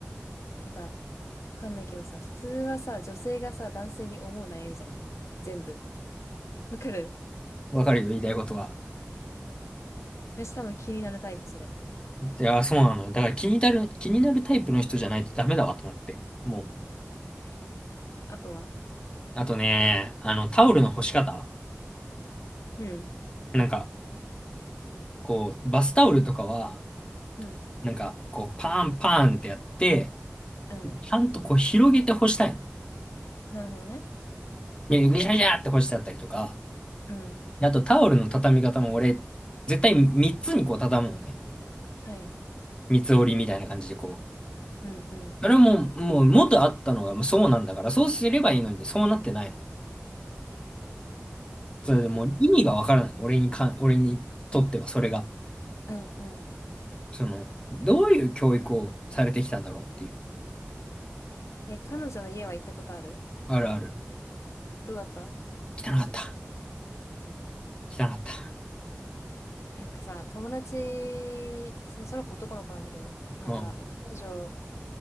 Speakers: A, on the left (about 85°); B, on the left (about 20°).
A: なんか、わかんないけどさ、普通はさ、女性がさ、男性に思う悩みじゃない全部。わかる
B: わかるよ、言いたいことは。
A: 私多分気になるタイプ、それ。
B: いや、そうなのよ。だから気になる、気になるタイプの人じゃないとダメだわと思って。も
A: へーあとは
B: う。あとね、あの、タオルの干し方。
A: うん。
B: なんか、こう、バスタオルとかは、
A: うん。
B: なんか、こう、パンパンってやって、
A: うん。
B: ちゃんとこう、広げて干したいの。
A: なるほどね。
B: ね、ぐしゃぐしゃって干してあったりとか。
A: うん。
B: であと、タオルの畳み方も俺、絶対3つにこう、畳むのね。
A: はい。
B: 三つ折りみたいな感じでこう。
A: うんうん。
B: それはもう、もう元あったのがもうそうなんだから、そうすればいいのに、そうなってないの。それでもう意味がわからない。俺にか、俺にとってはそれが。
A: うんうん。
B: その、どういう教育をされてきたんだろうっていう。
A: え、彼女の家は行ったことある
B: あるある。
A: どうだった
B: 汚かった。汚かった。
A: えなんかさ、友達、その、その子男の子なんだけど、なんか彼女、
B: うん。